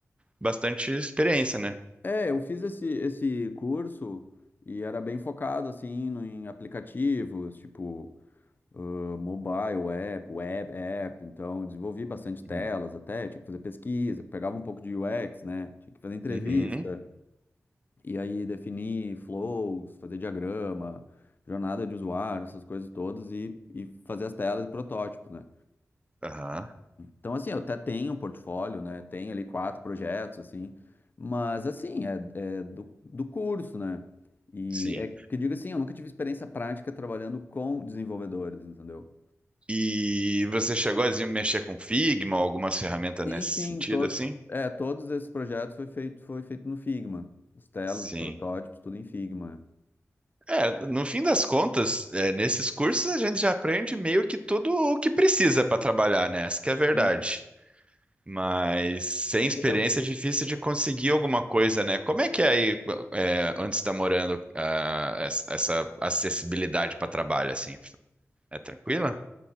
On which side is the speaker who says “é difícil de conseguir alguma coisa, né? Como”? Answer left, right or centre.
Right